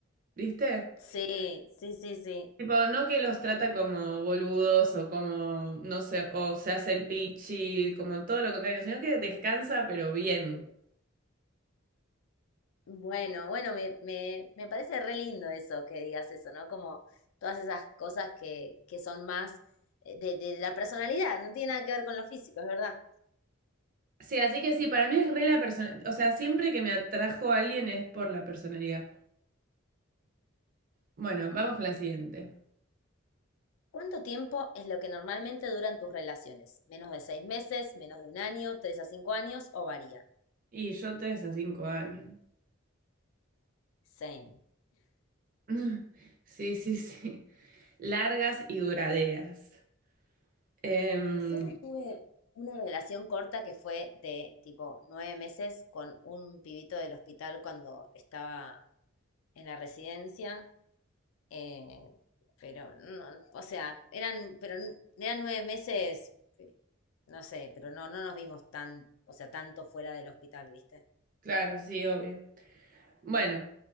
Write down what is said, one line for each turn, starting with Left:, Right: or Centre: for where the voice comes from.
Right: ¿viste?
Left: Sí, sí, sí, sí.
Right: Tipo, no que los trata como boludos o como, no sé, o se hace el pichi, como todo lo contrario, sino que descansa pero bien.
Left: Bueno, bueno, me, me, me parece re lindo eso que digas eso, ¿no? Como todas esas cosas que, que son más eh, de, de la personalidad, no tiene nada que ver con lo físico, es verdad.
Right: Sí, así que sí, para mí es re la persona, o sea, siempre que me atrajo a alguien es por la personalidad. Bueno, vamos con la siguiente.
Left: ¿Cuánto tiempo es lo que normalmente duran tus relaciones? ¿Menos de seis meses, menos de un año, tres a cinco años o varía?
Right: Y yo tres a cinco años.
Left: Same.
Right: <laughs> Sí, sí, sí. Largas y duraderas. Em,
Left: Solo tuve una relación corta que fue de tipo nueve meses con un pibito del hospital cuando estaba en la residencia. Eh, pero no, o sea, eran, pero n- eran nueve meses, eh, no sé, pero no, no nos vimos tan, o sea, tanto fuera del hospital, ¿viste?
Right: claro, sí, obvio. Bueno,